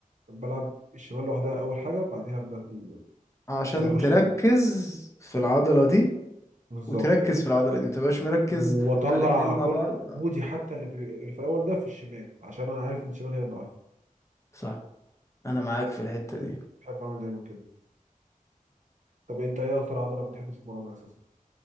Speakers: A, on the right; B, on the left.
A: بلعب الشمال لوحدها اول حاجه بعدها ابدا في
B: عشان
A: بعدها اخش
B: تركز
A: بال-
B: في العضلة دي
A: بالظبط
B: وتركز في العضلة دي متبقاش مركز
A: واطلع
B: على الاتنين
A: كل
B: مع بعض
A: مجهودي حتى اللي في, اللي في الاول ده في الشمال عشان انا عارف ان الشمال هي الضعيفه
B: صح أنا معاك في الحتة دي
A: بحب اعمل دايما كده طب انت ايه اكتر عضله بتحب تتمرنها اساسا